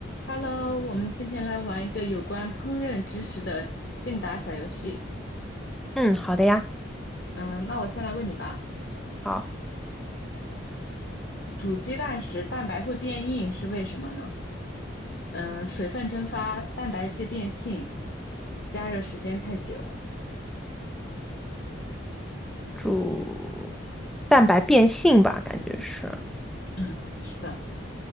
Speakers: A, on the left; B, in the centre.
A: Hello，我们今天来玩一个有关烹饪知识的竞答小游戏。
B: 嗯，好的呀，
A: 嗯，那我先来问你吧，
B: 好，
A: 煮鸡蛋时蛋白会变硬是为什么呢？嗯，水分蒸发，蛋白质变性，加热时间太久。
B: 煮蛋白变性吧，感觉是，
A: 嗯，是的，